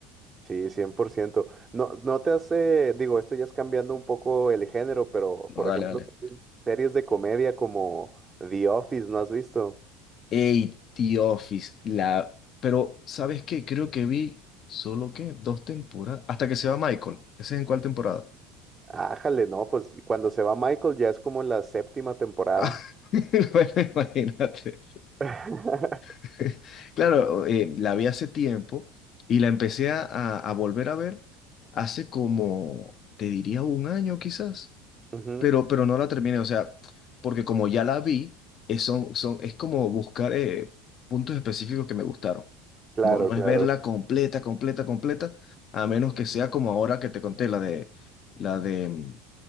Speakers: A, on the right; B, on the left.
A: Sí, cien por ciento No, no te hace, digo, esto ya es cambiando un poco el género, pero
B: No,
A: por
B: dale,
A: ejemplo,
B: dale.
A: series series de comedia como The Office, ¿no has visto?
B: Ey, The Office, la... Pero, ¿sabes qué? Creo que vi solo que dos temporadas, hasta que se va Michael. ¿Ese es en cuál temporada? <laughs>
A: Ájale, no, pues cuando se va Michael ya es como la séptima temporada.
B: Ah, <laughs> Bueno, imagínate.
A: <laughs>
B: <laughs> Claro, eh, la vi hace tiempo y la empecé a, a- a volver a ver hace como, te diría un año quizás,
A: Ujú,
B: pero, pero no la terminé, o sea, porque como ya la vi, es, son, son, es como buscar eh, puntos específicos que me gustaron.
A: Claro,
B: No, no
A: claro,
B: es verla completa, completa, completa, a menos que sea como ahora que te conté, la de la de mm,